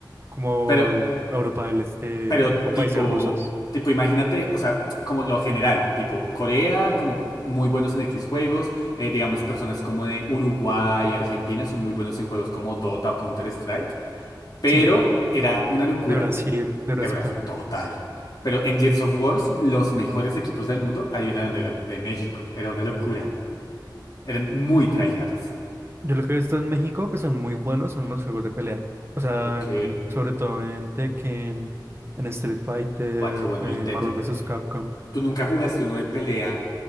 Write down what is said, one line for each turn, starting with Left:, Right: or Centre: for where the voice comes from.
Right: como
Left: Pero,
Right: Europa del Este
Left: pero
Right: o
Left: tipo,
Right: países rusos.
Left: tipo, imagínate, o sea, como lo general, tipo Corea, como muy buenos en X juegos, eh, digamos, personas como de Uruguay, Argentina son muy buenos en juegos como Dota o Counter-Strike. Pero
Right: Sí,
Left: era una locura,
Right: de Brasil, de
Left: de
Right: Brasil
Left: verdad,
Right: también.
Left: total. Pero en Gears of Wars, los mejores equipos del mundo, adivina dónde eran, de México. Era una locura. Eran muy tryhards.
Right: Yo lo que he visto en México que son muy buenos son los juegos de pelea. O sea,
Left: Ok.
Right: en- sobre todo en Tekken, en Street Fighter,
Left: Guau, qué bueno
Right: en
Left: el Tekken.
Right: Marvel vs. Capcom.
Left: ¿Tú nunca jugaste uno de pelea